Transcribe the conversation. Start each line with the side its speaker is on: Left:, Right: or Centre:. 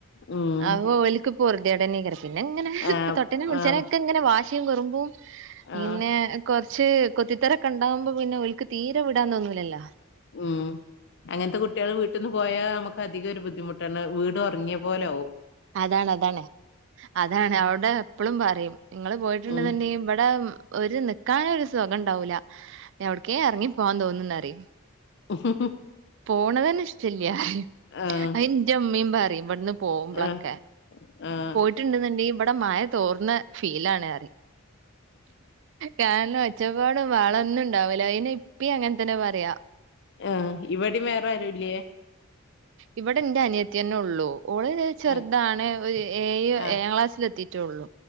Left: ഉം
Right: അപ്പൊ ഓൽക്ക് പൊർദേടെന്നെയ്കാരം. പിന്നങ്ങനെ
Left: ആഹ്
Right: തൊട്ടീനും പിട്ചീനൊക്കെ
Left: ആഹ്
Right: ങ്ങനെ വാശിം കുർമ്പും പിന്നെ
Left: ആഹ്
Right: കൊർച്ച് കൊത്തിത്തറക്കെണ്ടാവുമ്പൊ പിന്നെ ഓൽക്ക് തീരെ വിടാംതോന്നൂലല്ലോ.
Left: ഉം അങ്ങൻത്തെ കുട്ട്യൊള് വീട്ട്ന്ന് പോയാ നമുക്ക് അധികം ഒരു ബുദ്ധിമുട്ടാണ് വീട് ഒർങ്ങ്യപോലാവും
Right: അതാണതാണ് അതാണ് അവടെ എപ്പോളും പറിം നിങ്ങൾ പോയിട്ടുണ്ട്ന്ണ്ടെങ്കി
Left: ഉം
Right: ഇവടെ ഒരു നിക്കാന് ഒരു സുഖംണ്ടാവൂല എവിട്ക്കേം എർങ്ങി പോവാൻതോന്നുംന്നറിം
Left: ഉം ഉം ഉം
Right: പോണതന്നെഷ്ട്ടല്ല്യ
Left: ആഹ്
Right: അത് ന്റെമ്മിംപറിം ഇവിട്ന്ന് പോവുമ്പളൊക്കെ
Left: ആഹ് ആഹ്
Right: ട്ട്ണ്ന് ണ്ട്ങ്കി ഇവിടെ മഴ തോർന്ന ഫീലാണ്അറിം കാരണം ഒച്ചപ്പാടും ഭഹളൊന്നുംണ്ടാവൂല. അയ്‌ന് ഇപ്പിം അങ്ങൻതന്നെപറയാ.
Left: ആഹ് ഇവിടിം വേറാരുല്ലേ?
Right: ഇവടെന്റെ അനിയത്തെന്നൊള്ളൂ. ഓളര് ചെറ്താണ്
Left: ആഹ്
Right: ഒരു ഏഴ്
Left: ആഹ്
Right: ഏഴാംക്ലാസ്സിലെത്തിട്ടൊള്ളൂ